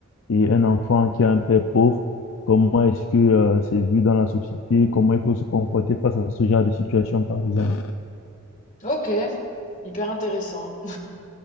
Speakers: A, on the left (about 65°); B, on the left (about 35°).
A: Et un enfant qui a un père pauvre, comment est-ce que euh, c'est vu dans la société? Comment il faut se comporter face à ce genre de situation, par exemple?
B: ok, hyper intéressant.